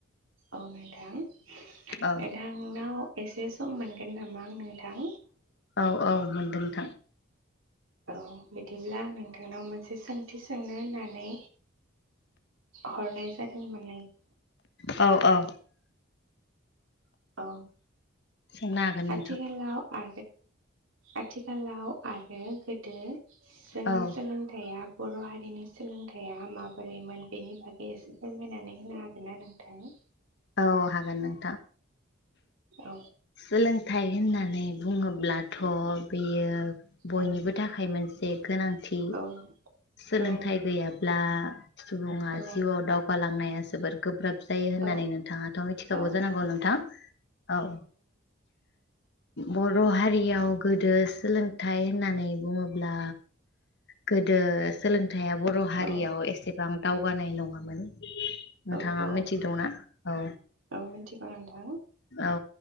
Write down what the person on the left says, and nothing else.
औ
औ औ मोनदों नोंथां
औ औ
सोंनो हागोन
नोंथां
औ
औ हागोन नों
सोलोंथाइ होनना बुङोब्ला ब्लाथ' बेयो बयनिबो
थाखाय मोनसे जे गोनां थि
सोलोंथाइ
गैयाब्ला सुबुङा
जिउआव दावगालांनाया जोबोर गोब्राब जायो होननानै
नोंथाङाथ' मिथिखागौ
जानांगौ नोंथां औ बर' हारियाव गोदो सोलोंथाइ होननानै बुङोब्ला गोदो सोलोंथाइया बर' हारियाव
एसे बां दावगानाय नङामोन नोंथाङा
मिथि गौना औ
औ